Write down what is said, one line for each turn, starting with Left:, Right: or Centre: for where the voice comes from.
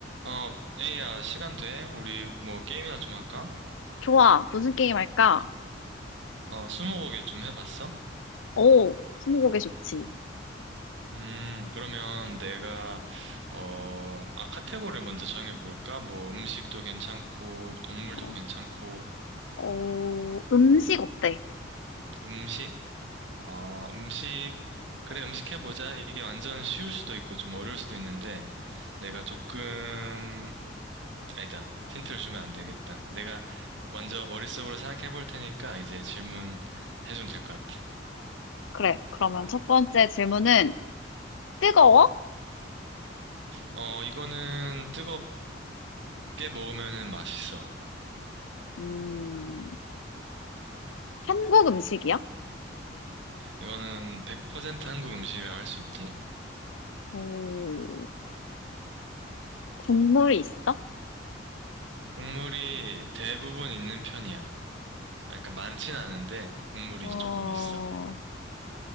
Right: 어, 에이야, 시간 돼? 우리 뭐 게임이나 좀 할까?
Left: 좋아. 무슨 게임 할까?
Right: 어, 스무고개 좀 해봤어?
Left: 오, 스무고개 좋지.
Right: 음, 그러면 내가, 어, 아, 카테고리를 먼저 정해볼까? 뭐 음식도 괜찮고, 동물도
Left: 어,
Right: 괜찮고,
Left: 어, 음식 어때?
Right: 음식, 어, 음식, 그래, 음식 해보자. 이게 완전 쉬울 수도 있고 좀 어려울 수도 있는데, 내가 조금, 아니다. 힌트를 주면 안 되겠다. 내가 먼저 머릿속으로 생각해볼 테니까 이제 질문 해주면 될 것 같아.
Left: 그래. 그러면 첫 번째 질문은 뜨거워?
Right: 어, 이거는 뜨겁게 먹으면 맛있어.
Left: 음, 한국 음식이야?
Right: 이거는 100% 한국 음식이라고 할 수 있지.
Left: 오, 국물이 있어?
Right: 국물이 대부분 있는 편이야. 아, 그러니까 많진 않은데 국물이
Left: 어,
Right: 조금 있어.